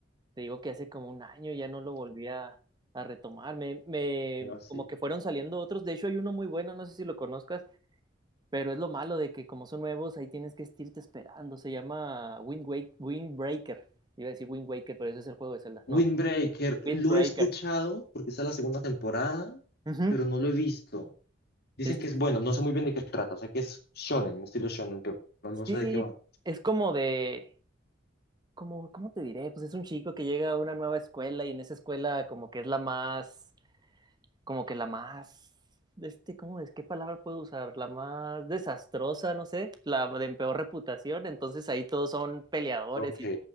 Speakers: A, on the right; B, on the left.
A: Te digo que hace como un año ya no lo volví a, a retomar. Me, me,
B: No, sí.
A: como que fueron saliendo otros. De hecho, hay uno muy bueno, no sé si lo conozcas, pero es lo malo de que como son nuevos, ahí tienes que estirte esperando. Se llama Wind Wake, Windbreaker. Iba a decir Wind Waker, pero ese es el juego de Zelda. No,
B: Windbreaker,
A: Windbreaker.
B: lo he escuchado porque está la segunda temporada,
A: Ujú.
B: pero no lo he visto. Dicen
A: Es-
B: que es bueno, no sé muy bien de qué trata, sé que es shonen, estilo shonen, pero no no
A: sí,
B: sé de qué va.
A: es como de... Como, ¿cómo te diré? Pues es un chico que llega a una nueva escuela y en esa escuela como que es la más como que la más, este, ¿cómo es? ¿Qué palabra puedo usar? La más desastrosa, no sé, la de peor reputación, entonces ahí todos son peleadores
B: Ok,
A: y